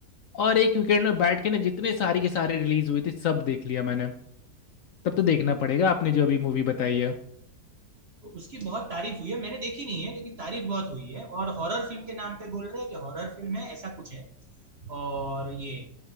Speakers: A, on the left (about 65°); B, on the right (about 50°).
A: और एक वीकेंड में बैठ के ना जितने सारी के सारी रिलीज हुई थी सब देख लिया मैंने तब तो देखना पड़ेगा आपने जो अभी मूवी बताई है
B: तो उसकी बहुत तारीफ हुई है मैंने देखी नहीं है लेकिन तारीफ बहुत हुई है और हॉरर फिल्म के नाम पे बोल रहे हैं कि हॉरर फिल्म है ऐसा कुछ है और ये